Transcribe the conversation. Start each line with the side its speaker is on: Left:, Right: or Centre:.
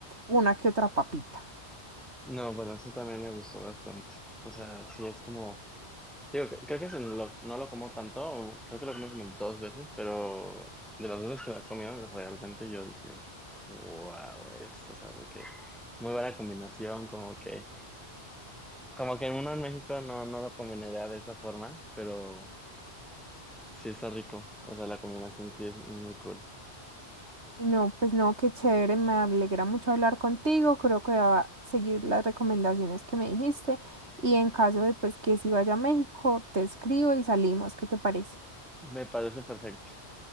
Right: una que otra papita.
Centre: no, bueno, eso también me gustó bastante. O sea, sí es como, digo, cre- creo que se lo- no lo como tanto, o creo que lo comí como dos veces, pero de las dos veces que lo he comido, realmente yo dije, wow, esto, o sea, de que muy buena combinación, como que, como que uno en México no, no lo combinaría de esa forma, pero sí está rico, o sea, la combinación sí es muy cool.
Right: No, pues no, qué chévere, me alegra mucho hablar contigo, creo que voy a seguir las recomendaciones que me dijiste, y en caso de pues que si vaya a México, te escribo y salimos, ¿qué te parece?
Centre: Me parece perfecto.